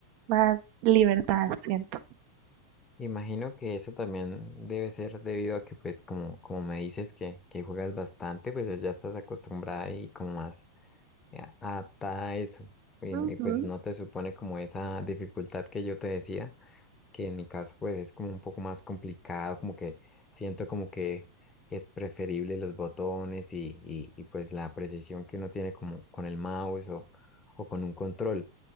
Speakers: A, on the right; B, on the left.
A: más libertad siento.
B: Imagino que eso también debe ser debido a que, pues, como, como me dices que, que juegas bastante, pues ya estás acostumbrada y como más eh, adaptada a eso. Y,
A: Ujú.
B: y, pues no te supone como esa dificultad que yo te decía que en mi caso pues es como un poco más complicado, como que siento como que es preferible los botones y, y- y, pues la precisión que uno tiene como con el mouse o, o con un control.